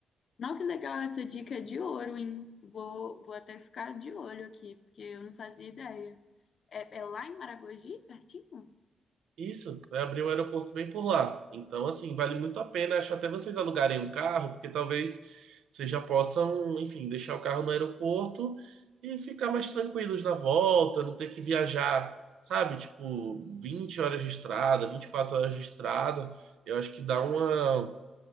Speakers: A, on the left; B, on the right.
A: Não, que legal essa dica é de ouro, hein? Vou, vou até ficar de olho aqui, porque eu não fazia ideia. É, é lá em Maragogi, pertinho?
B: Isso, vai abrir um aeroporto bem por lá. Então, assim, vale muito a pena. Acho até vocês alugarem um carro, porque talvez vocês já possam, enfim, deixar o carro no aeroporto e ficar mais tranquilos na volta, não ter que viajar, sabe? Tipo, 20 horas de estrada, 24 horas de estrada. Eu acho que dá uma,